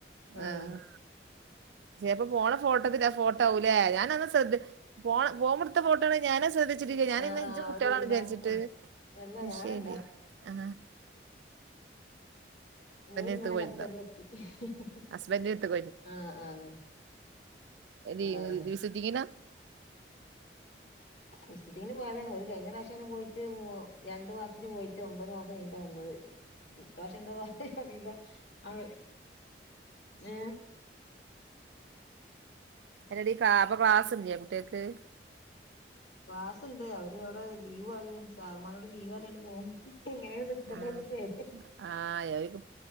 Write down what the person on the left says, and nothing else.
ആഹ്
ആഹ് ആഹ്
ഒരു വിമാനത്തിന്നെ
അല്ല ഞാനല്ല
ഓര്ന്നലെ
ഖത്തറിലെത്തിഹിഹി ഹി
ആഹ ആഹ് <unintelligible>
ആഹ്
വിസിറ്റിംങ്ങിന് പോയതാണ്. ഒര് കഴി ഞ്ഞ റാവിശ്യങ്ങനെ പോയി റ്റു വോ രണ്ടു മാസത്തിന് പോയിട്ട് ഒമ്പത് മാസം കെയിഞ്ഞിട്ട വന്നത്. ഇപ്രാശ്യം എന്താ പറ അറിയില്ല അവ ഏ
ക്ലാസ്ണ്ട് അവര് അവിടെ ലീവ് പറിയും. സാർമാരോട് ലീവ് അറഞ്യാണ്ട് പോവും എങ്ങനെണ്ട് ക്കട്ടയിച്ചിട്ട്
ഹേ